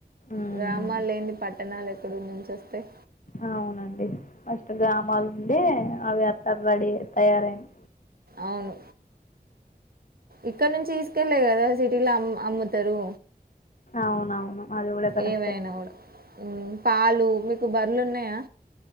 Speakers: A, on the left; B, on the right.
A: మ్మ్
B: గ్రామాలు లేంది పట్టణాలు ఎక్కడ నుంచి వస్తాయ్
A: అవునండి ఫస్ట్ గ్రామాల నుండి అవి అత్త రెడీ తయారయనా
B: అవును ఇక్కడ నుంచి తీసుకెళ్ళ కదా సిటీలో అమ్ అమ్ముతారు
A: అవునవును అది కూడా కరెక్టే
B: ఏవైనా కూడా ఉమ్ పాలు మీకు బర్రెలు ఉన్నాయా